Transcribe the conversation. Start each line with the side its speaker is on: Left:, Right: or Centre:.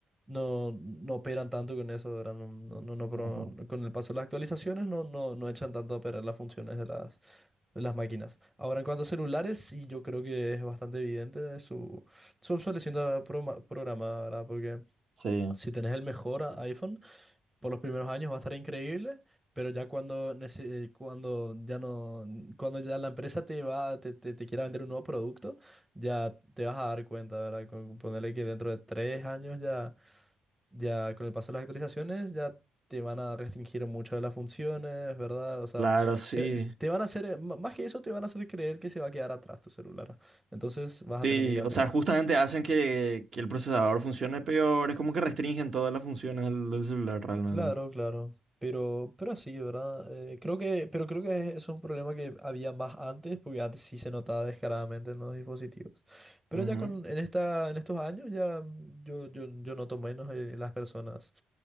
Centre: no, no operan tanto con eso, ¿verdad? No, no, no, no, pro-
Right: Ujú.
Centre: no- con el paso de las actualizaciones no, no, no echan tanto a perder las funciones de las, de las máquinas. Ahora, en cuanto a celulares, sí yo creo que es bastante evidente su, su obsolescencia programa- programada, ¿verdad? Porque
Right: Sí.
Centre: si tenés el mejor a- iPhone, por los primeros años va a estar increíble, pero ya cuando, nece- eh, cuando ya no, cuando ya la empresa te va, te, te, te quiera vender un nuevo producto, ya te vas a dar cuenta, ¿verdad? Con ponerle que dentro de tres años ya, ya con el paso de las actualizaciones, ya te van a restringir mucho de las funciones, ¿verdad? O sea,
Right: Claro, sí.
Centre: se- te van a hacer, eh, m- más que eso, te van a hacer creer que se va a quedar atrás tu celular. Entonces vas
Right: Sí,
Centre: a tener que cambiar.
Right: o sea, justamente hacen que, que el procesador funcione peor, es como que restringen todas las funciones del, del celular realmente.
Centre: Claro, claro. Pero, pero así ¿verdad? Eh, creo que, pero creo que eso es un problema que había más antes, porque antes sí se notaba descaradamente en los dispositivos. Pero
Right: Ujú.
Centre: ya con, en esta, en estos años ya mm, yo, yo, yo noto menos eh, en las personas.